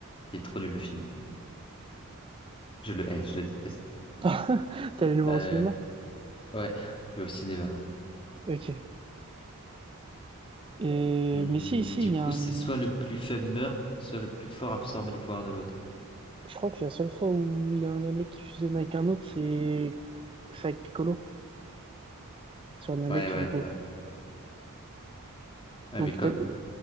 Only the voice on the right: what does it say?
<laughs> T'es allé le voir
au cinéma?
Ok. Euh,
mais si, si,
il
y a un-
Je crois que la seule fois où il y a un Namek qui fusionne avec un autre, c'est c'est avec Piccolo, sur un Namek
du
coup.
Donc
t'as-